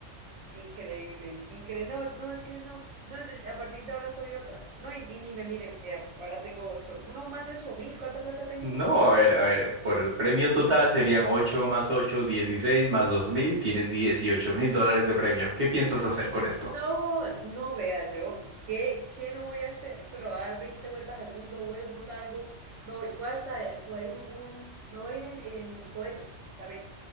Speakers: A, on the right (about 75°); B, on the right (about 30°).
A: increíble, increíble. No, no, es que no. No, yo- a partir de ahora soy otra. No, y, y ni me miren, porque ya- ahora tengo ocho, no, más de ocho mil. ¿Cuánta plata tengo?
B: No, a ver, a ver, por el premio total serían 8 más 8, 16 más 2000. tienes dieciocho mil dólares de premio. ¿Qué piensas hacer con esto?
A: No, no vea yo. ¿Qué, qué no voy a hacer? Se lo voy a dar 20 vueltas al mundo, vuelvo, salgo. Me voy, voy hasta a coger un, un- Me voy a ir en, en cohete también.